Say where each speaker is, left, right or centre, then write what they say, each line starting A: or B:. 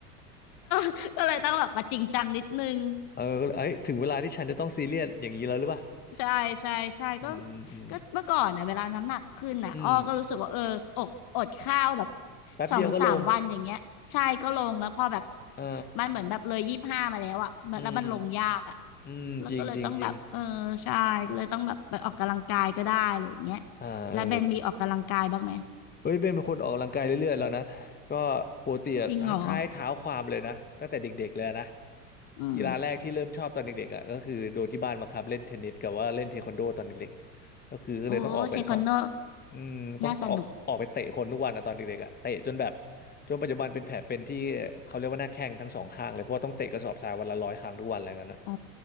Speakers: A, on the left; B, on the left.
A: <laughs> ก็เลยต้องแบบมาจริงจังนิดนึง
B: <laughs> เออก็เลยเอ้ยถึงเวลาที่ฉันจะต้องซีเรียสอย่างนี้แล้วหรือเปล่า
A: ใช่ใช่ใช่ก็
B: อืมอืม
A: ก็เมื่อก่อนน่ะเวลาน้ำหนักขึ้นน่ะอ้อก็รู้สึกว่าเอออกอดข้าวแบบ
B: อืมแป๊บเดียวก็ลง
A: สองสามวันอย่างเงี้ยใช่ก็ลงแล้วพอแบบ
B: เอา
A: มันเหมือนแบบเลยยี่สิบห้ามาแล้วอะมันแล้วมันลงยากอะ
B: ออืมอืมจริงจริงจริง
A: แล้วก็เลยต้องแบบเออใช่ก็เลยต้องแบบไปออกกำลังกายก็ได้อะไรอย่างเงี้ย
B: อ่าเออ
A: แล้วเบนมีออกกำลังกายบ้างไหม
B: เฮ้ยเบนเป็นคนออกกำลังกายเรื่อยๆแล้วนะก็ปกติอะท้ายเท้าความเลยนะตั้งแต่เด็กๆเลยนะ
A: จริงเหรออืม
B: กีฬาแรกที่เริ่มชอบตอนเด็กๆอ่ะก็คือโดนที่บ้านบังคับเล่นเทนนิสกับว่าเล่นเทควันโดตอนเด็กๆก็คือก็เลยต้องออกไปสอง
A: โอ้เทควันโด
B: อืมต้องต่อออกไปเตะคนทุกวันนะตอนเด็กๆอ่ะเตะจนแบบ
A: น่าสนุก
B: จนปัจจุบันเป็นแผลเป็นที่เขาเรียกว่าหน้าแข้งทั้งสองข้างเลยเพราะว่าต้องเตะกระสอบทรายวันละร้อยครั้งทุกวันอะไรเงี้ยนนะ
A: โอ้